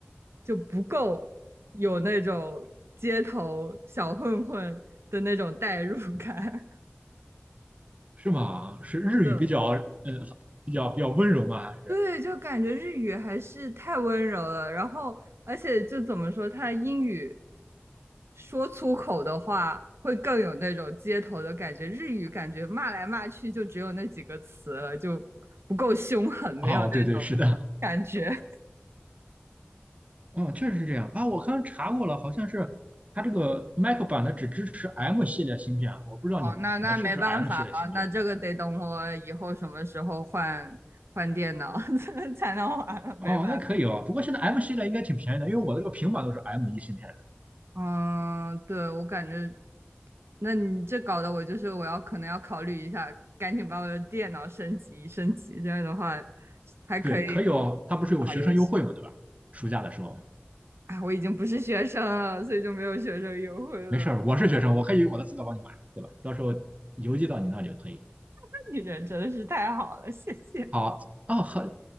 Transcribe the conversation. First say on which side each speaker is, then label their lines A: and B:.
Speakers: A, on the right (about 80°); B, on the right (about 35°).
A: 就不够有那种街头小混混的那种代入感。
B: 是吗？
A: <laughs>
B: 是日语比较，
A: 是的。
B: 嗯，比较比较温柔吗？还是？
A: 对，就感觉日语还是太温柔了，然后而且就怎么说，他英语说粗口的话会更有那种街头的感觉，日语感觉骂来骂去就只有那几个词了，就不够凶狠，没有那种感觉。
B: 哦，对对，是的，
A: <laughs>
B: 嗯，确实是这样啊。我刚刚查过了，好像是它这个 Mac 版的只支持 M 系列芯片，我不知道你你的是不是
A: 哦，那那没办法了，
B: M 系列芯片。
A: 那这个得等我以后什么时候换换电脑 <laughs> 才能玩了没办法。
B: 哦，那可以哦。不过现在 M 系列应该挺便宜的，因为我的这个平板都是 M 一芯片的。
A: 嗯，对，我感觉，那你这搞得我就是我要可能要考虑一下，赶紧把我的电脑升级升级，这样的话还可以
B: 对，可以哦。它不是有学生优惠嘛，
A: 打游戏。
B: 对吧？暑假的时候。
A: 哎，我已经不是学生了，所以就没有学生优惠了。
B: 没事儿，我是学生，我可以用我的资格帮你买，对吧？到时候邮寄到你那里就可以。
A: <laughs> 你人真的是太好了，谢谢。
B: 好，哦，很